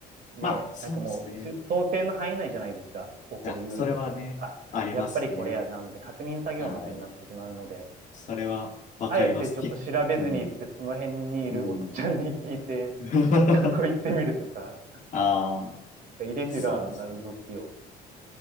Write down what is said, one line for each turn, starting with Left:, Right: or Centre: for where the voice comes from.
Right: ね、
Left: まあ、そうですね。
Right: なんかもうし想定の範囲内じゃないですか。
Left: い
Right: 起こりうることって。
Left: や、それはね、
Right: あ、
Left: ありますね。
Right: やっぱりこれやな、みたいな確認作業みたいになってしまうので、
Left: はい。それはわかります。
Right: あえてちょっと調べずに行って、
Left: ひうん。
Right: その辺にいるおっちゃんに聞いて、
Left: うん。<laughs>
Right: <laughs> そこ行ってみるとか、
Left: ああ、
Right: なんかイレギュラーな動きを、
Left: そうですね。